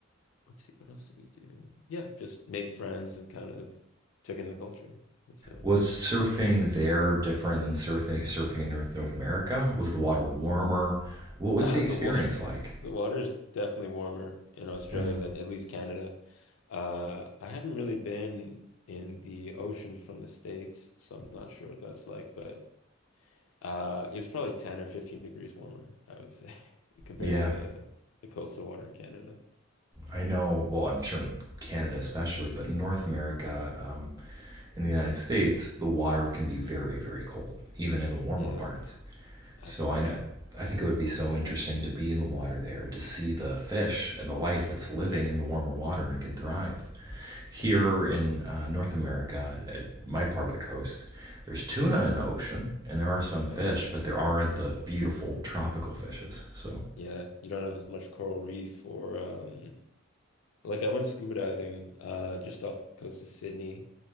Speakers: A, on the left; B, on the right.
A: let's see, what else did we do? Yeah, just made friends and kind of took in the culture. It's a
B: Was surfing there different than surfing surfing in North North America? Was the water warmer? What was
A: Uh,
B: the experience
A: the water,
B: like?
A: <laughs> the water is definitely warmer in Australia
B: Yeah.
A: than at least Canada. Uh, I haven't really been in the ocean from the States, so I'm not sure what that's like, but uh, it's probably 10 or 15 degrees warmer, I would say, <laughs> compared
B: Yeah,
A: to the coastal water in Canada.
B: I know, well, I'm sure in Canada especially, but in North America, um, in the United States, the water can be very, very cold, even in the warmer
A: Yeah,
B: parts.
A: absolutely.
B: So I know, I think it would be so interesting to be in the water there, to see the fish and the life that's living in the warmer water and can thrive. Here
A: Absolutely.
B: in uh, North America, at my part of the coast, there's tuna in the ocean, and there are some fish,
A: Oh, nice.
B: but there aren't the beautiful tropical fishes. So,
A: Yeah, you don't have as much coral reef or um like I went scuba diving uh just off the coast of Sydney